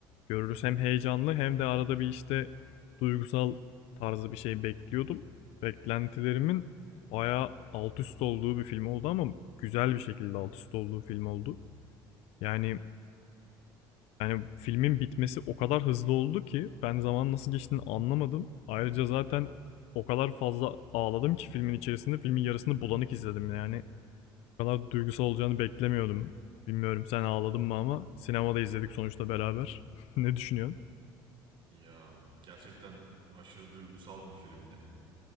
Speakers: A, on the left; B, on the right.
A: görürüz. Hem heyecanlı hem de arada bir işte duygusal tarzı bir şey bekliyordum. Beklentilerimin bayağı alt üst olduğu bir film oldu ama güzel bir şekilde alt üst olduğu film oldu. Yani yani filmin bitmesi o kadar hızlı oldu ki ben zaman nasıl geçtiğini anlamadım. Ayrıca zaten o kadar fazla ağladım ki filmin içerisinde filmin yarısını bulanık izledim yani. O kadar duygusal olacağını beklemiyordum. Bilmiyorum sen ağladın mı ama sinemada izledik sonuçta beraber. <laughs> Ne düşünüyorsun?
B: Ya gerçekten aşırı duygusal bir filmdi.